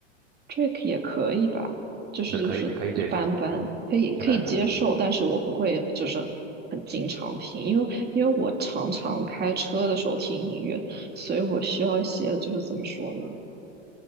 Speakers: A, on the right; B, on the right.
A: ，Drake 也可以吧，就是就是一般般，
B: 那可以可以接受，
A: 可以可以接受，
B: 一般般，
A: 但是我不会就是很经常听，因为因为我常常开车的时候听音乐，所以我需要一些就是怎么说呢，